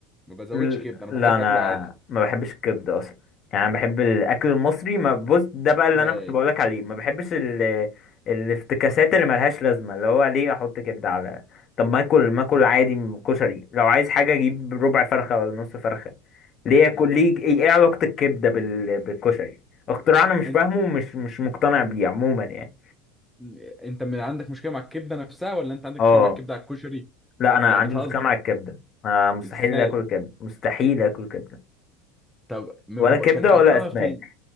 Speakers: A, in the centre; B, on the left.
A: ما بزودش
B: ل-
A: كبده انا
B: لا
A: بحب
B: انا
A: اكله عادي
B: ما بحبش الكبده اصلا يعني انا بحب الاكل المصري ما بص ده
A: ازاي
B: بقى اللي انا كنت بقولك عليه ما بحبش ال... الافتكاسات اللي ملهاش لازمه اللي هو ليه احط كبده على طب ما اكل ما اكل عادي م- كشري لو عايز حاجه اجيب ربع فرخه ولا نص فرخه ليه اكل
A: م.
B: ليه ايه إيه علاقه الكبده بال... بالكشري اختراع انا مش فاهمه
A: انت
B: ومش مش مقتنع بيه عموما يعني
A: م- انت من عندك مشكله مع الكبده نفسها ولا انت عندك
B: اه
A: مشكله مع الكبده على الكشري
B: لا انا
A: لا
B: عندي
A: بتهزر
B: مشكله مع الكبده آه مستحيل
A: ازاي
B: اكل كبده مستحيل اكل كبده
A: طب من
B: ولا كبده
A: ب... كان دقتها
B: ولا اسماك
A: فين